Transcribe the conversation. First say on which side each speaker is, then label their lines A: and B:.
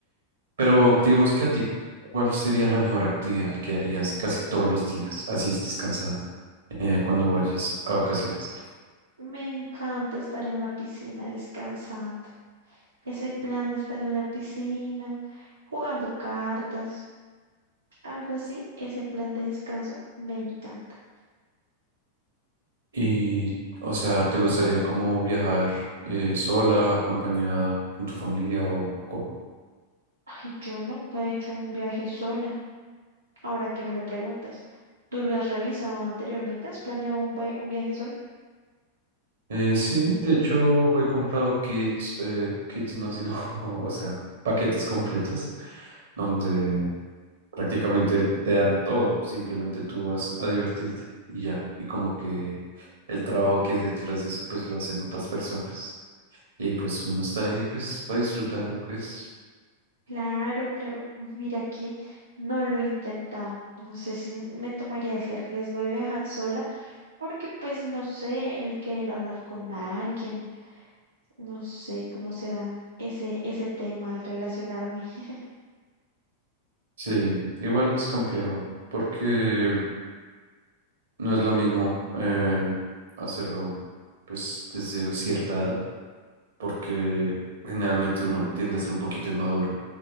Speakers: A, on the right (about 65°); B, on the right (about 80°).
A: Pero digamos que a ti, ¿cuál sería la mejor actividad que harías casi todos los días? Así estés cansada eh, cuando vayas a vacaciones.
B: Me encanta estar en la piscina descansando. Ese plan de estar en la piscina, jugando cartas, algo así, ese plan de descanso me encanta.
A: Y, o sea, ¿te gustaría como viajar eh, sola, acompañada con tu familia o con...
B: Ay, yo nunca he hecho un viaje sola. Ahora que me lo preguntas, ¿tú lo has realizado anteriormente? ¿Has planeado un, vai- un viaje sola?
A: Eh, sí, de hecho he comprado kits, eh, kits no, sino, <laughs> o sea, paquetes completos donde Prácticamente te dan todo, simplemente tú vas a divertirte y ya. Y como que el trabajo que hay detrás de eso, pues lo hacen otras personas. Y pues uno está ahí, pues, para disfrutar, ¿no crees?
B: Claro, claro. Mira que no lo he intentado. No sé si me tomaría ese riesgo de viajar sola, porque pues no sé, el querer hablar con alguien, no sé cómo será ese, ese tema al relacionarme. <laughs>
A: Sí, igual es complejo, porque no es lo mismo eh, hacerlo, pues, desde cierta edad, porque generalmente uno tiende a ser un poquito inmaduro.